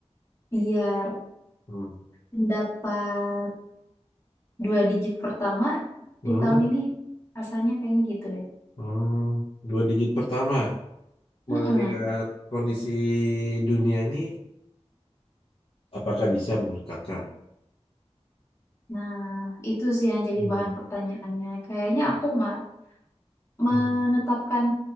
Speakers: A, on the left; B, on the left.
A: biar
B: Hmm.
A: mendapat dua digit pertama
B: Hmm.
A: di tahun ini, rasanya kayaknya gitu deh.
B: Hmm. Dua digit pertama.
A: Mm-mm.
B: melihat kondisi dunia ini, apakah bisa menurut kakak?
A: Nah, itu sih yang jadi
B: Hmm,
A: bahan pertanyaannya. Kayaknya aku ma- menetapkan
B: hmm,